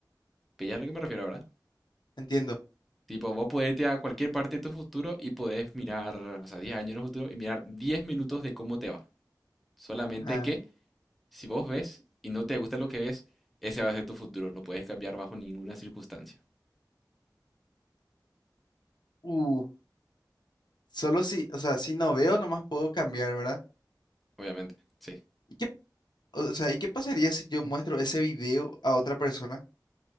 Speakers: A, in the centre; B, on the left.
A: ¿Pillas a lo que me refiero, verdad?
B: entiendo.
A: Tipo, vos podés irte a cualquier parte de tu futuro y podés mirar, o sea, 10 años en el futuro y mirar 10 minutos de cómo te va. Solamente
B: Ah,
A: que si vos ves y no te gusta lo que ves, ese va a ser tu futuro. No puedes cambiar bajo ninguna circunstancia.
B: uh, solo si, o sea, si no veo, nomás puedo cambiar, ¿verdad?
A: Obviamente, sí.
B: ¿Y qué, o sea, ¿y qué pasaría si yo muestro ese video a otra persona?